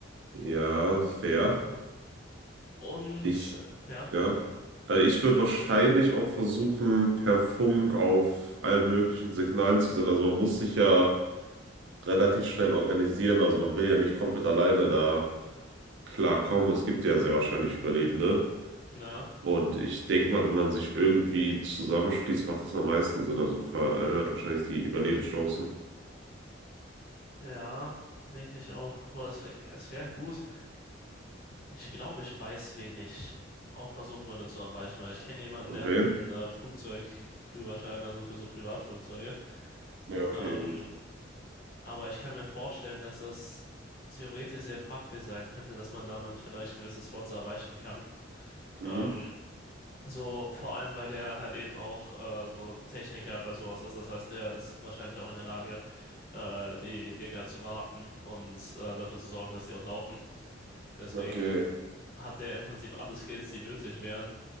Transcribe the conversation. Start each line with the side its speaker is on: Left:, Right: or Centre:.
Right: Ja, fair.
Left: Ähm, und
Right: Ich,
Left: ja,
Right: ja. Also ich würde wahrscheinlich auch versuchen, per Funk auf allen möglichen Signalen zu senden. Also man muss sich ja relativ schnell organisieren. Also man will ja nicht komplett alleine da klarkommen. Es gibt ja sehr wahrscheinlich Überlebende.
Left: ja,
Right: Und ich denke mal, wenn man sich irgendwie zusammenschließt, macht das am meisten Sinn. Also erhöht wahrscheinlich die Überlebenschancen.
Left: ja, denke ich auch. Boah, es wäre es wär gut. Ich glaube, ich weiß, wen ich auch versuchen würde zu erreichen, weil ich kenne jemanden,
Right: Und
Left: der hat
Right: wen?
Left: einen äh, Flugzeugführerschein, also für so Privatflugzeuge.
Right: Ja, okay,
Left: Ähm,
Right: gut.
Left: aber ich kann mir vorstellen, dass das theoretisch sehr praktisch sein könnte, dass man damit vielleicht gewisse Spots erreichen kann.
Right: Mhm.
Left: Ähm, so vor allem, weil der halt eben auch äh, so Techniker bei sowas ist. Das heißt, der ist wahrscheinlich auch in der Lage, äh, die Dinger zu warten und äh, dafür zu sorgen, dass die auch laufen. Deswegen
Right: Okay.
Left: hat der im Prinzip alle Skills, die nötig wären